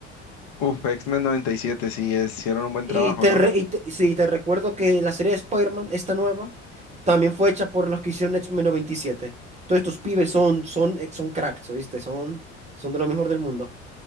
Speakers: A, on the left (about 50°); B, on the right (about 20°).
A: Uf, X-Men 97, sí, es- hicieron un buen
B: Y
A: trabajo,
B: siete. Y te,
A: ¿no?
B: re- y te- sí, te recuerdo que la serie de Spider-Man, esta nueva, también fue hecha por los que hicieron X-Men 97. Todos estos pibes son, son, eh, son cracks, ¿oíste? Son, son de lo mejor del mundo.